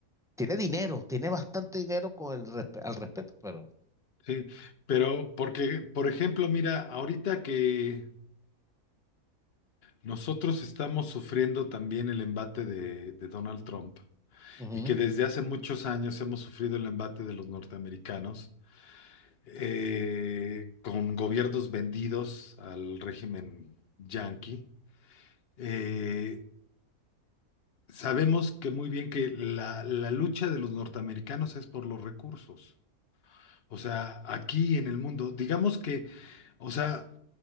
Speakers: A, in the centre; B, on the left.
A: tiene dinero, tiene bastante dinero con el respe- al respeto, pero
B: sí. Pero porque, por ejemplo, mira, ahorita que nosotros estamos sufriendo también el embate de de Donald Trump
A: ujú,
B: y que desde hace muchos años hemos sufrido el embate de los norteamericanos. eh, con gobiernos vendidos al régimen yanqui. Eh, sabemos que muy bien que la, la lucha de los norteamericanos es por los recursos. O sea, aquí en el mundo, digamos que, o sea,